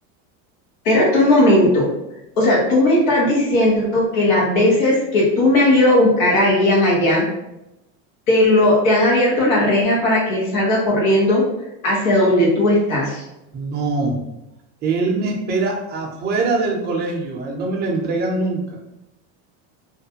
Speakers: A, on the left; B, on the right.
A: espérate un momento. O sea, tú me estás diciendo que las veces que tú me has ido a buscar a Ian allá, te lo, te han abierto la reja para que él salga corriendo hacia donde tú estás.
B: No, él me espera afuera del colegio. A él no me lo entregan nunca.